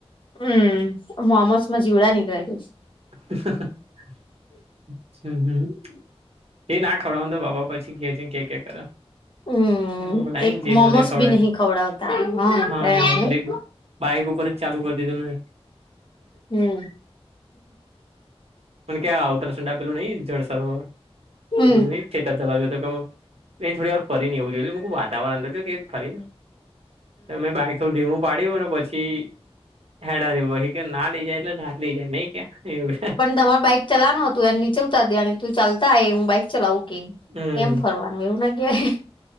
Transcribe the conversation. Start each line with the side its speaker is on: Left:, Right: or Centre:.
Left: હમ મોમોસ માં જીવડા નીકળ્યું.
Right: હચ હમ એ ના ખવડાવ તો બાપા પછી ક છે કે ક કરે
Left: હમ
Right: લ
Left: એક
Right: જ
Left: મોમોસ
Right: મ ખવડે
Left: બી નહી ખવડાવતા
Right: હા
Left: એમ
Right: એવું બાઈક ઉપર જ ચાલુ કરીતી તું ન
Left: હમ
Right: પણ ક્યાં અવતરસંડ આપ પેલું નહી જળસરોેલું
Left: હમ હમ
Right: નહી. છેતર ચલાવજો તો કે એ થોડી વાર ફરી ને એવું જોઈુંકું વાતાવરણ તોજ કે ફરી તમે બાઈક થું ધીમું પાડ્યું ને પછી હેડાર્યું કે ના લઈ જાય એટલે નાથ લઈ જાય નહી કે એવું
Left: પણ તમારે બાઈક ચલાવનો હતું એને નીચવતા દે અને તું ચાલતા એ હું બાઈક ચલાવું કે
Right: હમ
Left: એમ ફરવાનું એવું ના કહેવાય